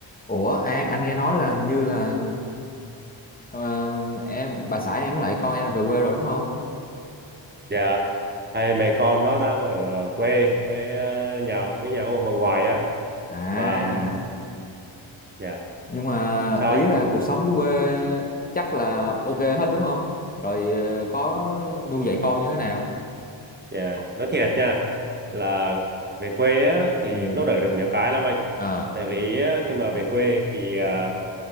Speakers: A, on the left; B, on the right.
A: Ủa An, anh nghe nói là như là ờ, em bà xã em với lại con em là về quê rồi đúng không?
B: dạ hai mẹ con nó đang ở ờ, quê với ờ, nhà với nhà ông bà ngoại á
A: À,
B: mà ừm, dạ
A: nhưng mà
B: sao
A: ý
B: anh
A: là cuộc sống dưới quê chắc là ok hết đúng không? Rồi ờ, có nuôi dạy con như thế nào?
B: Dạ,
A: Có...
B: Nói thiệt nha là về quê á, thì
A: Ừ.
B: nó đỡ được nhiều cái lắm anh.
A: À,
B: Tại vì á, khi mà về quê thì à,